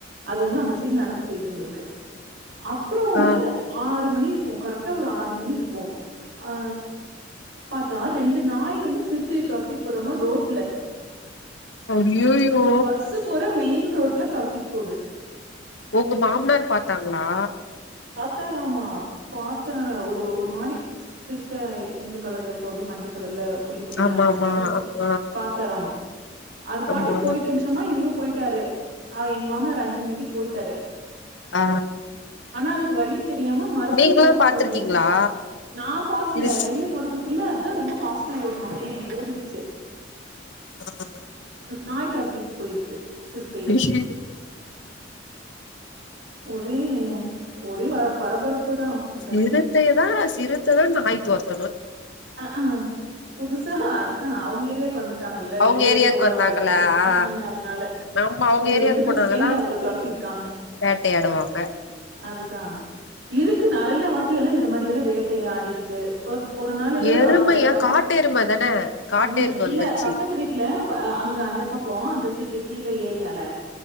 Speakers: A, on the right (about 70°); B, on the left (about 75°).
A: அது வந்து அந்த சைட நடந்து போயிட்டு இருந்திருக்கு அப்றோ ஒரு
B: ஆ
A: ஆறு மணி இருக்கும் கரெட்டா ஒரு ஆறு மணி இருக்கும் ஆ பத்தா ரெண்டு நாய் வந்து சிறுத்தையை துரத்திட்டு போதாம ரோட்ல
B: ஐயையோ
A: பஸ்ஸு போற மெயின் ரோட்ல தொரத்திட்டு போது
B: உங்க மாமனார் பாத்தாங்களா
A: தரமா பாத்த ஒரு ஒரு மாரி சிறுத்த எந்த கலர்ல இருக்கு அப்டியே மஞ்சள் கலர்ல புள்ளி புள்ளியா
B: ஆமா
A: அந்த
B: ஆமா
A: மாரி
B: ஆமா
A: பாத்தாராம அது பாட்டு
B: ஆமா
A: போய்ட்டு இருந்து சும்மா மா இவரு போய்ட்டாரு எங்க மாமனரு அஞ்சு மணிக்கு போய்ட்டாரு
B: ஆ
A: ஆனா அதுக்கு வழி தெரியாம மறுபடியு
B: நீங்களு
A: ரோட்டுக்கு
B: பாத்துருக்கீங்களா
A: வந்தேன நா பாக்கல
B: சிறு
A: வெளில போறதுக் குள்ள அதா ரொம்ப ஃபார்ஸ்ட்டா ஓடுமாமே ஓடிச்சு
B: ஆஹ்
A: நாய் தொரத்திட் போய்ருக்கு சிறுத்தய
B: ஐயையோ
A: ஒரே ஒரே பரபரப்புதா அந்தன்னைக்கு
B: சிறுத்தையதா சிறுத்ததா நாய் தொறத்து
A: அஹ் அ புதுசா அதுதா அவங்க ஏரியாவுக்கு வந்துட்டாங்கல்ல
B: அவங்க
A: எங்க
B: ஏரியாக்கு
A: ஏரியா உள்ள
B: வந்தாங்களா
A: வராது தென்ட்டு
B: ஆ
A: அதனால
B: நம்ம அவங்க
A: இவங்க
B: ஏரியாக்கு
A: ரெண்டு பேரு
B: போனாங்கதா
A: சேந்து அவங்கள துரத்திருக்காங்க
B: வேட்டையாடுவாங்க
A: அதுதா இருக்கு நெறய வாட்டி எல்லா இந்த மாரி எல்லா வேட்டை ஆடிருக்கு ஒர் ஒரு நாளு
B: எருமையா
A: அங்க பக்கத்து
B: காட்டு எரும தான காட்டு
A: ம்
B: எரும
A: இல்ல
B: வந்துருச்சு
A: பக்கத்து வீட் ட்ல ப அங்க அந்த பக்க அந்த சைடு கீழ ஏரியால